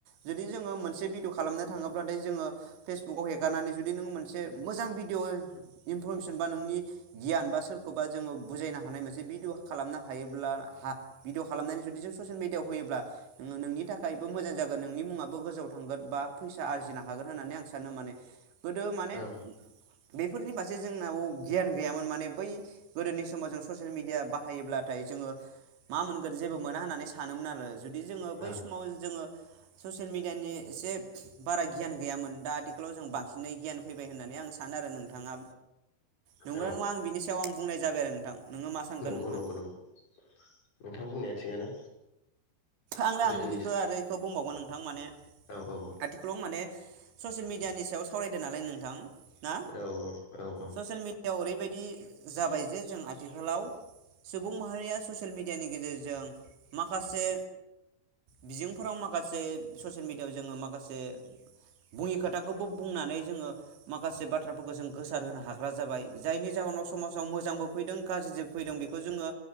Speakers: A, on the right; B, on the left.
A: जुदि जोङो मोनसे भिदिय खालामनो थाङोब्लाथाय जोङो फेसबुकाव हेगारनानै जुदि नोङो मोनसे मोजां भिडिय इनफरमेसन बा नोंनि गियान बा सोरखौबा जोङो बुजायनो हानाय मोनसे भिडिय खालामनो हायोब्ला हा भिडिअ खालामनानै जुदि जों ससियेल मिडियाआव होयोब्ला नोङो नोंनि थाखायबो मोजां जागोन नोंनि मुङाबो ब गोजौआव थांगोन बा फैसा आरजिनो हागोन होननानै आं सानो माने गोदो माने
B: औ
A: ओ बेफोरनि फारसे जोंनाव गियान गैयामोन माने बै गोदोनि समाव जों ससियेल मेडिया बाहायोब्लाथाय जोङो मा मोनगोन जेबो मोना होननानै सानोमोन आरो जुदि जोङो
B: औ
A: बै समाव जोङो ससियेल मेडियानि एसे बारा गि गियान गैयामोन दा आथिखालाव जों बांसिनै गियान फैबाय होननानै आं सानो आरो नोंथाङा। नंगोना
B: औ
A: नङा आं बिनि सायाव आं बुंनाय जाबाय आरो नोंथां। नोङो मा सानगोन
B: नंगौ
A: नोंथां
B: नंगौ नंगौ नोंथां बुंनाया थिगानो
A: आं रा
B: गोदोनि
A: आं इखो आरो इखो बुंबावगोन नोंथां माने
B: औ औ
A: आथिखालाव माने ससियेल मिडि मिडियानि सायाव सावरायदो नालाय नोंथां ना
B: औ औ औ
A: ससियेल मिडियाव ओरै बेबायदि जाबाय जे जों आथिखालाव सुबुं माहारिया ससियेल मेडियानि गेजेरजों माखासे बिजोंफोराव माखासे ससियेल मिडियायाव जोङो माखासे बुंङि खोथाखौबो बुंनानै जोङो माखासे बाथ्राफोरखौ जों गोसार होनो हाग्रा जाबाय जायनि जाहोनाव समाजाव मोजांबो फैदों गाज्रिबो फैदों बेखौ जोङो